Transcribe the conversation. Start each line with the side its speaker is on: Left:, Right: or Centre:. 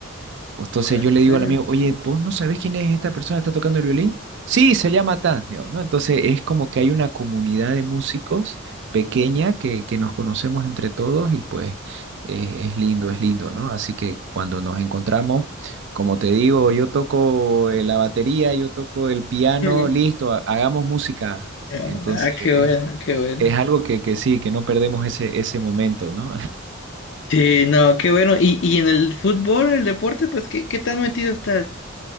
Right: Entonces
Left: Ah, ¿en
Right: yo le
Left: serio?
Right: digo al amigo, oye, ¿vos no sabés quién es esta persona que está tocando el violín? Sí, se llama tal, digo, ¿no? Entonces es como que hay una comunidad de músicos pequeña que, que nos conocemos entre todos y pues eh, es lindo, es lindo, ¿no? Así que cuando nos encontramos, como te digo, yo toco eh, la batería, yo toco el piano,
Left: <laughs>
Right: listo, ha- hagamos música.
Left: Ah,
Right: Entonces
Left: qué bueno, qué bueno.
Right: es algo que, que sí, que no perdemos ese, ese momento, ¿no?
Left: Sí, no, qué bueno. Y, y en el fútbol, en el deporte, pues, ¿qué, qué tan metido estás?